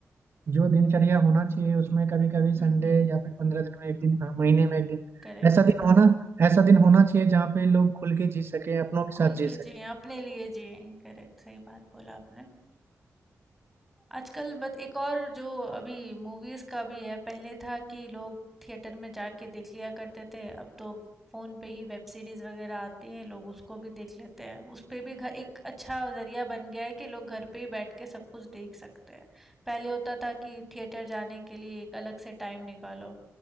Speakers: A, on the right (about 50°); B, in the centre.
A: जो दिनचर्या होना चाहिए उसमें कभी कभी
B: हम्म
A: संडे
B: हम्म
A: या फिर पंद्रह दिन में एक दिन हाँ, महीने में एक दिन
B: करेक्ट
A: ऐसा दिन होना ऐसा दिन होना चाहिए जहाँ पे लोग खुल के जी सके अपनों के
B: खुल
A: साथ जी
B: के
A: सके
B: जिए अपने लिए जिए करेक्ट सही बात बोला आपने आजकल बट एक और जो अभी मूवीज का भी है पहले था कि लोग थिएटर में जाके देख लिया करते थे अब तो फोन पे ही वेब सीरीज वगैरह आती हैं लोग उसको भी देख लेते हैं उस पे भी घर एक अच्छा जरिया बन गया है कि लोग घर पे ही बैठ के सब कुछ देख सकते हैं पहले होता था कि थिएटर जाने के लिए एक अलग से टाइम निकालो